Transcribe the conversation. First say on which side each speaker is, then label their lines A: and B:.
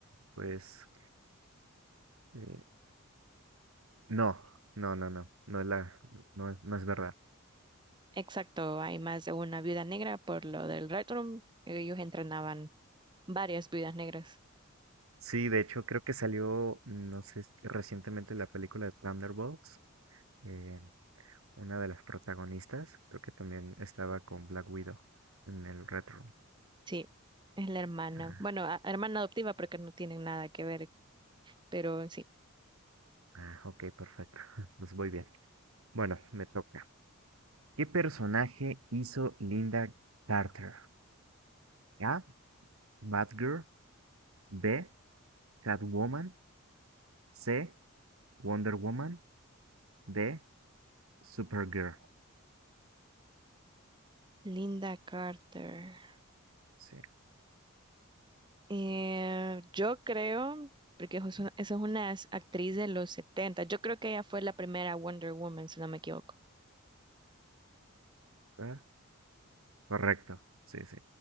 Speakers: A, on the right (about 70°); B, on the right (about 20°).
A: Pues. eh, no, no, no, no. No es la, no, es- no es verdad.
B: Exacto, hay más de una viuda negra por lo del Red Room. Ellos entrenaban varias viudas negras.
A: Sí, de hecho, creo que salió, no sé, si recientemente la película de Thunderbolts. eh, una de las protagonistas, creo que también estaba con Black Widow en el retro.
B: Sí, es la hermana.
A: Ah,
B: Bueno, a- hermana adoptiva porque no tienen nada que ver, pero sí.
A: Ah, ok, perfecto. <laughs> Pues voy bien. Bueno, me toca. ¿Qué personaje hizo Linda Carter? A. Batgirl. B. Catwoman. C. Wonder Woman. D. Supergirl.
B: Linda Carter.
A: Sí.
B: Eh, yo creo, porque es una- esa es una as- actriz de los 70, yo creo que ella fue la primera Wonder Woman, si no me equivoco.
A: ¿verdad? Correcto. Sí, sí.